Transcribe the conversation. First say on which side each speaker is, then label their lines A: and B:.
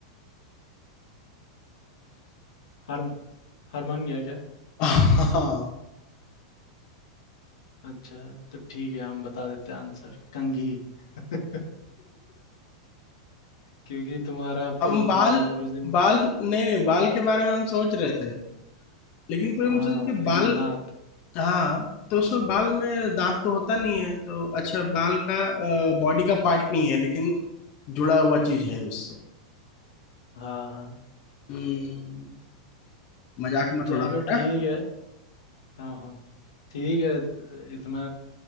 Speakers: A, on the left; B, on the left.
A: हार हार मान गया क्या
B: <laughs> हाँ
A: अच्छा तो ठीक है हम बता देते हैं आंसर कंघी <laughs> क्योंकि तुम्हारा अब
B: हम
A: तो
B: बाल
A: बाल कुछ दिन
B: बाल नहीं नहीं बाल के बारे में हम सोच रहे थे लेकिन फिर हम
A: हाँ
B: सोचे कि
A: लेकिन
B: बाल
A: दांत
B: हाँ तो उसमें बाल में दांत तो होता नहीं है तो अच्छा बाल का बॉडी का पार्ट नहीं है लेकिन जुड़ा हुआ चीज है उससे
A: हाँ हाँ
B: हम्म मजाक मत
A: चलो
B: उड़ा मेरा
A: ठीक है हाँ हाँ ठीक है इतना